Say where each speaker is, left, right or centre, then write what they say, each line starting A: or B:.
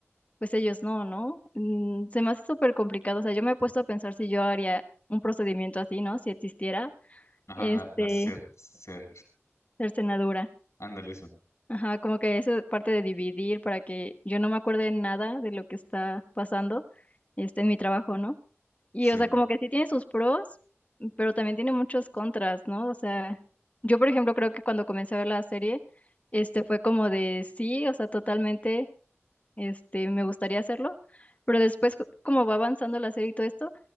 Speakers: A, on the left; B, on the left.
A: pues ellos no, ¿no? Mm, se me hace súper complicado, o sea, yo me he puesto a pensar si yo haría un procedimiento así, ¿no? Si existiera,
B: Ajá,
A: este,
B: la, la ser, ser,
A: cercenadura.
B: ándale eso,
A: Ajá, como que esa parte de dividir para que yo no me acuerde nada de lo que está pasando, este, en mi trabajo, ¿no? Y,
B: sí.
A: o sea, como que sí tiene sus pros, pero también tiene muchos contras, ¿no? O sea, yo, por ejemplo, creo que cuando comencé a ver la serie, este fue como de sí, o sea, totalmente, este, me gustaría hacerlo, pero después, co- como va avanzando la serie y todo esto,